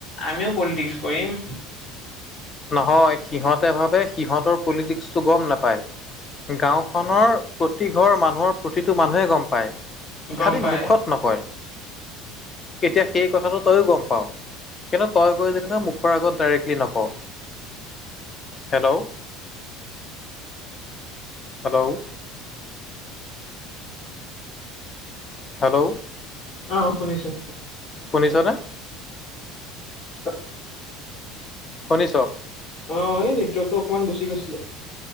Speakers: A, on the left; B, on the left.
A: আমিও পলিটিক্স কৰিম।
B: নহয় সিহঁতে ভাবে সিহঁতৰ পলিটিক্স গম নাপায়, গাঁওখনৰ প্ৰতি ঘৰ মানুহৰ প্ৰতিটো মানুহে গম পায়।
A: গম
B: খালী
A: পাই
B: মুখত নকয়। এতিয়া সেই কথাটো তইয়ো গম পাও কিন্তু তই গৈ যেনিবা মুখৰ আগত ডাইৰেক্টলি নক ক, হেল্ল'। হেল্ল'। হেল্ল'।
A: অ' শুনিছোঁ।
B: শুনিছনে?
A: <unintelligible>
B: শুনিছোঁ।
A: অ এই নেটৱৰ্কটো অকমান গুচি গৈছিলে।